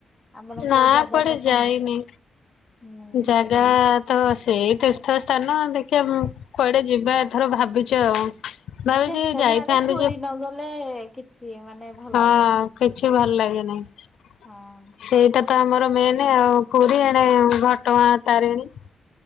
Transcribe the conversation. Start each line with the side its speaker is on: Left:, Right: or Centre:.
Centre: ଆପଣ
Left: ନା
Centre: କୋଉ ଜାଗା
Left: କୁଆଡ଼େ
Centre: ପସନ୍ଦ
Left: ଯାଇନି
Centre: ହୁଁ।
Left: ଜାଗା ତ ସେଇ ତୀର୍ଥ ସ୍ଥାନ ଦେଖିବା କୁଆଡେ ଯିବା। ଥର ଭାବିଛ ଆଉ ଭାବିଛି
Centre: ଆଉ ଯେତେ
Left: ଯାଇଥାନ୍ତି
Centre: ଯାଲେ ପୁରୀ
Left: ଯେ
Centre: ନ ଗଲେ କିଛି ମାନେ ଭଲ
Left: ହଁ
Centre: ଲାଗିବନି।
Left: କିଛି ଭଲ ଲାଗିବ ନାହିଁ।
Centre: ହଁ
Left: ସେଇଟା ତ ଆମର ମେନ ଆଉ ପୁରୀ ଏଣେ ଘଟଗାଁ ତାରିଣୀ।